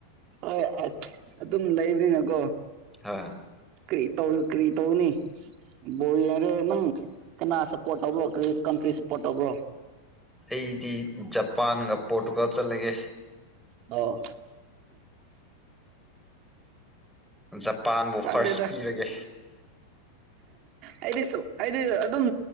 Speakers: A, on the right; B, in the centre.
A: ꯍꯣꯏ ꯑꯁ ꯑꯗꯨꯝ ꯂꯩꯕꯅꯤꯅꯀꯣ
B: ꯍꯥ
A: ꯀꯔꯤ ꯇꯧ ꯀꯔꯤ ꯇꯧꯅꯤ ꯕꯣꯔ ꯌꯦꯡꯔꯦ ꯅꯪ ꯀꯅꯥꯁꯄꯣꯔꯠ ꯇꯧꯕ꯭ꯔꯣ ꯀꯔꯤ ꯀꯟꯐ꯭ꯔꯤꯁꯄꯣꯔꯠ ꯇꯧꯕ꯭ꯔꯣ
B: ꯑꯩꯗꯤ ꯖꯄꯥꯟꯒ ꯄꯣꯔꯇꯨꯒꯥꯜ ꯆꯠꯂꯒꯦ
A: ꯑꯣ
B: ꯖꯄꯥꯟꯕꯨ
A: ꯈꯪꯗꯦꯗ
B: ꯐꯥꯔꯁ ꯄꯤꯔꯒꯦ
A: ꯑꯩꯗꯤ ꯁ ꯑꯩꯗꯤ ꯑꯗꯨꯝ